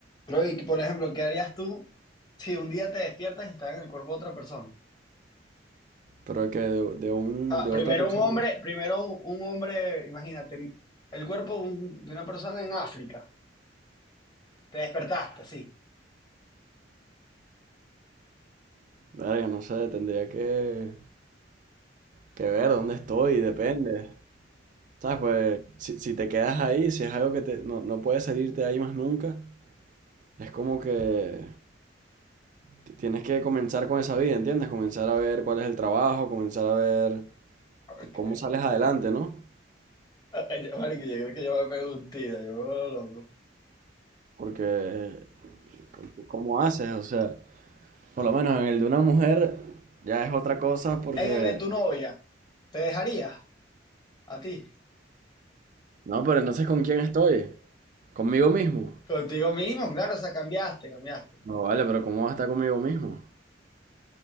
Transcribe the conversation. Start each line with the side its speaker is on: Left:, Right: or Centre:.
Left: Creo que, por ejemplo, ¿qué harías tú si un día te despiertas y estás en el cuerpo de otra persona?
Right: Pero que de, de un,
Left: Ah,
Right: de
Left: primero
Right: otra persona.
Left: un hombre, primero un, un hombre, imagínate, el cuerpo de, un- de una persona en África. Te despertaste, sí.
Right: Verga, no sé, tendría que, que ver dónde estoy, depende. ¿Sabes? Pues si, si te quedas ahí, si es algo que te, no, no puedes salirte ahí más nunca, es como que t- tienes que comenzar con esa vida, ¿entiendes? Comenzar a ver cuál es el trabajo, comenzar a ver
Left: Ok.
Right: c- cómo sales adelante, ¿no?
Left: Ay, Marico, yo creo que yo me pego un tiro, yo me vuelvo loco.
Right: Porque, c- ¿cómo haces? O sea, por lo menos en el de una mujer ya es otra cosa porque...
Left: En el de tu novia, ¿te dejaría a ti?
Right: No, pero entonces ¿con quién estoy? ¿Conmigo mismo?
Left: Contigo mismo, claro, o sea, cambiaste, cambiaste.
Right: No vale, pero ¿cómo vas a estar conmigo mismo?